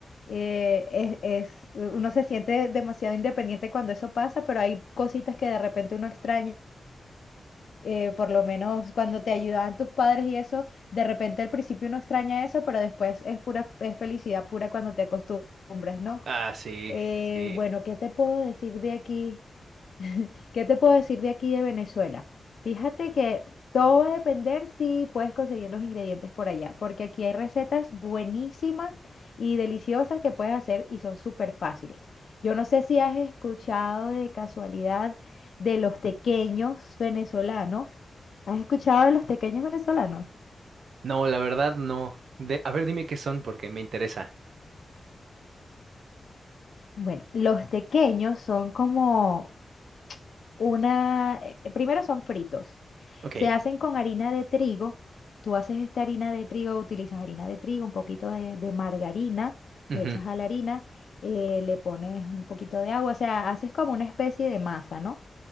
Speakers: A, on the left; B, on the right.
A: Eh, es, es- uno se siente demasiado independiente cuando eso pasa, pero hay cositas que de repente uno extraña. eh, por lo menos cuando te ayudaban tus padres y eso, de repente al principio uno extraña eso, pero después es pura, es felicidad pura cuando te acostumbras, ¿no?
B: Ah, sí,
A: Eh,
B: sí.
A: bueno, ¿qué te puedo decir de aquí? <laughs> ¿Qué te puedo decir de aquí de Venezuela? Fíjate que todo va a depender si puedes conseguir los ingredientes por allá, porque aquí hay recetas buenísimas y deliciosas que puedes hacer y son súper fáciles. Yo no sé si has escuchado de casualidad de los tequeños venezolanos. ¿Has escuchado de los tequeños venezolanos?
B: No, la verdad no. De, a ver, dime qué son porque me interesa.
A: Bueno, los tequeños son como una, eh, eh, primero son fritos.
B: Ok.
A: Se hacen con harina de trigo. Tú haces esta harina de trigo, utilizas harina de trigo, un poquito de, de margarina,
B: Ujú,
A: le echas a la harina, eh, le pones un poquito de agua, o sea, haces como una especie de masa, ¿no?